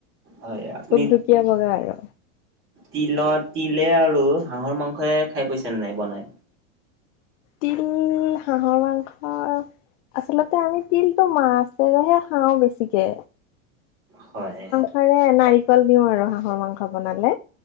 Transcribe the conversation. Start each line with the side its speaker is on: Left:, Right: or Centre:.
Right: হয় আপুনি?
Left: ধুকধুকীয়া বগা আৰু
Right: তিলত তিলে আৰু হাঁহৰ মাংসই খাই পাইছেনে নাই বনাই।
Left: তিল হাঁহৰ মাংস। আচলতে আমি তিলতটো মাছেৰেহে খাওঁ বেছিকে।
Right: হয়।
Left: ৰে নাৰিকল দিওঁ আৰু হাঁহৰ মাংস বনালে।